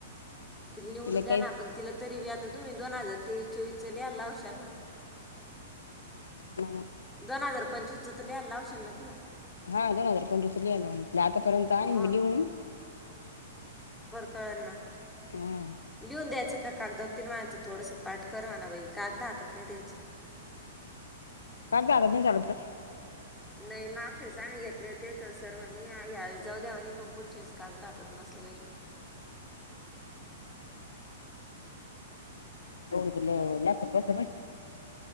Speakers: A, in the centre; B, on the left.
A: तिल निवडू
B: तिला
A: द्या
B: काहीच
A: ना आपण तिला तरी ब्यां आत तुम्ही दोन हजार तेवीस-चोवीस चं लिहाय लावशाल ना?
B: मला
A: पण दोन हजार पंचवीस च तर लिहायला लावशिल ना तिला
B: हा दोन हजार पंचवीस लिहाय लावून तिला आतापर्यंत आणीन
A: मग
B: मी लिहून
A: कळना
B: हा
A: लिहून द्यायच का कागदावर तील मनायच थोडस पाठ कर म्हना बाई कागद हातात नाही द्यायचे.
B: कागद हातात नाही चालत का
A: नही माक तेच आम्ही घेतले तेथसरवांनी आइ यांवेळेस जाऊ दे आणि पुढच्यावेळेस कागद हातात बसले बाई जेवून
B: ह एवढं तुला लक्षात बसलं पाहिजे